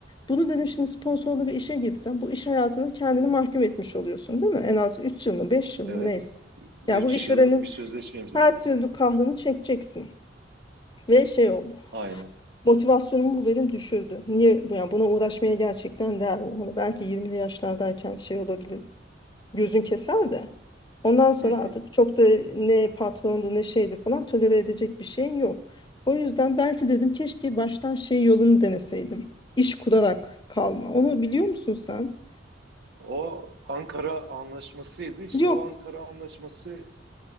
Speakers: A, on the left; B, on the right.
A: Bunu dedim şimdi sponsorlu bir işe girsen bu iş hayatına kendini mahkum etmiş oluyorsun değil mi? En az 3 yıl mı 5 yıl
B: evet.
A: mı neyse.
B: 3
A: Ya bu işverenin
B: yıllık bir sözleşme imzalamam.
A: her türlü kahrını çekeceksin. Ve şey oldu.
B: Aynen.
A: Motivasyonum bu benim düşürdü. Niye bu yani buna uğraşmaya gerçekten değer mi? Hani belki 20'li yaşlardayken şey olabilir. Gözün keser de. Ondan sonra
B: Hı hı.
A: artık çok da ne patrondu ne şeydi falan tolere edecek bir şeyin yok. O yüzden belki dedim keşke baştan şey yolunu deneseydim. İş kurarak kalma. Onu biliyor musun sen?
B: O Ankara Anlaşması'ydı. İşte
A: Yok.
B: o Ankara Anlaşması,